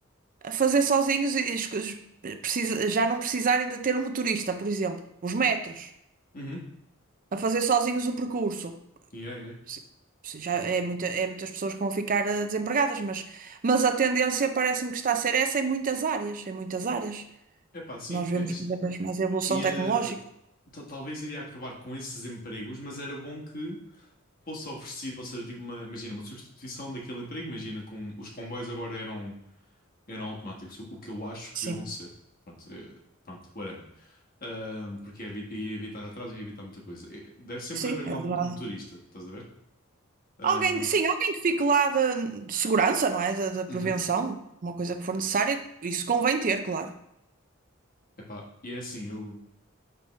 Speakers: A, on the right; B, on the left.
A: a fazer sozinhos e as coisas precisa- já não precisarem de ter um motorista, por exemplo. Os metros,
B: Uhum.
A: a fazer sozinhos o percurso.
B: Yeah, yeah.
A: Sim, sim, já é, muita, é muitas pessoas que vão ficar eh, desempregadas, mas, mas a tendência parece-me que está a ser essa em muitas áreas, em muitas áreas.
B: Epá, sim.
A: Nós vemos
B: É- é-
A: cada vez mais a evolução
B: E
A: tecnológica.
B: eh, ta- talvez iria acabar com esses empregos, mas era bom que fosse oferecido, ou seja, tipo uma- imagina, uma substituição daquele emprego. Imagina, com os comboios agora eram eram automáticos, o que eu acho que
A: Sim,
B: devam ser. Pronto, eh, pronto whatever. Ahm, porque ia, evi- ia evitar atrasos, ia evitar muita coisa. Eh, Deve sempre
A: sim,
B: haver
A: é
B: lá
A: verdade.
B: um, um motorista, estás a ver? Ahm,
A: Alguém, sim, alguém que fique lá de, de segurança, não é? Da da prevenção,
B: uhum.
A: uma coisa que for necessária, isso convém ter, claro.
B: Epá, e é assim, eu,